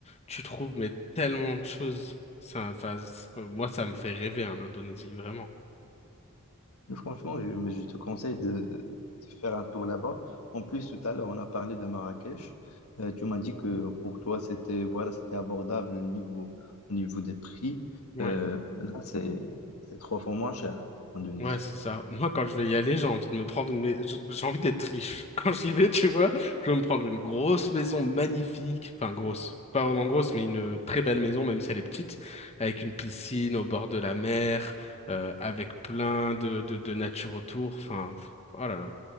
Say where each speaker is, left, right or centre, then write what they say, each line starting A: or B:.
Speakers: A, on the left; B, on the left.
A: tu trouves mais tellement de choses. Ça, enfin, c'est- moi, ça me fait rêver, en Indonésie, vraiment.
B: franchement, je, mais je te conseille de, de faire un tour là-bas. En plus, tout à l'heure, on a parlé de Marrakech. Euh, tu m'as dit que pour toi, c'était voilà, c'était abordable au niveau, au niveau des prix.
A: Ouais,
B: Euh, là, c'est c'est trois fois moins cher en Indonésie.
A: ouais, c'est ça. Moi, quand je vais y aller, j'ai envie de me prendre une... mais- j- J'ai envie d'être riche. <laughs> Quand j'y vais, tu vois, je veux me prendre une grosse maison magnifique. Enfin, grosse. Pas vraiment grosse, mais une euh, très belle maison, même si elle est petite, avec une piscine au bord de la mer, euh, avec plein de, de, de nature autour. Enfin, pff, oh là là,